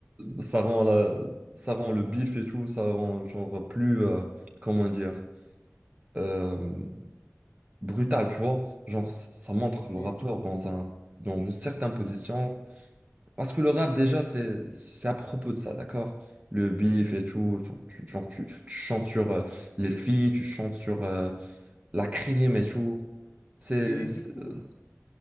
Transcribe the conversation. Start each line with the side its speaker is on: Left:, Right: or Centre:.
Right: ça rend, la, ça rend le bif et tout, ça rend genre plus, euh, comment dire, euh, brutal, tu vois. Genre, ça montre
Left: Ok.
Right: le rappeur dans un, dans une certaine position parce que le rap, déjà, c'est, c'est à propos de ça, d'accord? Le beef et tout, tu, tu- genre, tu, tu chantes sur euh, les filles, tu chantes sur euh, la crime et tout. C'est,
Left: Et
Right: c'est-
Left: du coup,
Right: euh,